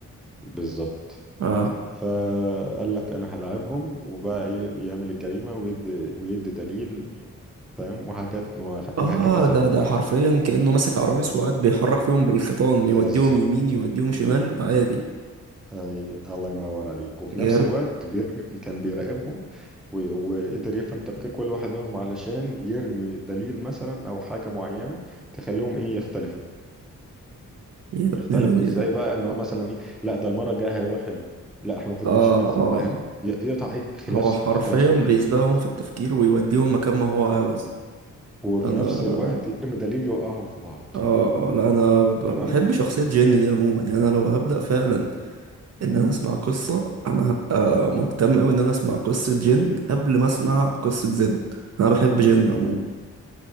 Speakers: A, in the centre; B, on the right.
A: بالظبط
B: اه
A: فقال لك انا هلاعبهم وبقى ايه يعمل الجريمه ويدي ويدي دليل فاهم وهكذا وهكذا
B: اه ده
A: يعني
B: ده حرفيا كأنه ماسك عرايس وقاعد بيحرك فيهم بالخيطان
A: بالظبط
B: يوديهم يمين يوديهم شمال عادي
A: أي الله ينور عليك وفي
B: جامد
A: نفس الوقت بيرمي كان بيراقبهم و- وقدر يفهم تفكير كل واحد منهم علشان يرمي دليل مثلا او حاجه معينه تخليهم ايه يختلفوا
B: يا ابن
A: يختلفوا
B: الذين
A: ازاي بقى ان هو مثلا ايه لا ده المره الجايه هيروح هنا لا احنا المفروض
B: اه
A: نمشي كذا
B: اه
A: فاهم ي- يقطع إيه؟ خلاف
B: هو حرفيا
A: خلاف صغير
B: بيسبقهم في التفكير ويوديهم مكان ما هو عاوز
A: وفي
B: انا
A: نفس الوقت يرمي دليل يوقعهم في بعض
B: اه اه لا انا ب- ب-
A: تمام
B: بحب شخصية جين دي عموما يعني انا لو هبدأ فعلا ان انا اسمع قصة انا هبقى مهتم اوي ان انا اسمع قصة جين قبل ما اسمع قصة زد انا بحب جين عموما
A: مم.